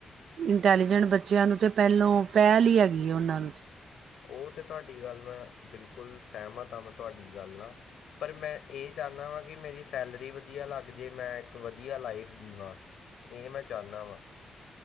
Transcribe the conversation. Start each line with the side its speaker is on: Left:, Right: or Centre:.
Right: ਇੰਟੈਲੀਜੈਂਟ ਬੱਚਿਆਂ ਨੂੰ ਤੇ ਪਹਿਲੋਂ ਪਹਿਲ ਹੀ ਹੈਗੀ ਆ ਉਹਨਾਂ ਨੂੰ।
Left: ਉਹ ਤੇ ਤੁਹਾਡੀ ਗੱਲ ਮੈਂ ਬਿਲਕੁਲ ਸਹਿਮਤ ਆਂ। ਮੈਂ ਤੁਹਾਡੀ ਗੱਲ ਨਾਲ, ਪਰ ਮੈਂ ਇਹ ਚਾਹੁੰਦਾ ਵਾਂ ਕਿ ਮੇਰੀ ਸੈਲਰੀ ਵਧੀਆ ਲੱਗ ਜੇ, ਮੈਂ ਇੱਕ ਵਧੀਆ ਲਾਈਫ ਜੀਵਾਂ, ਇਹ ਮੈਂ ਚਾਹੁੰਦਾ ਵਾਂ।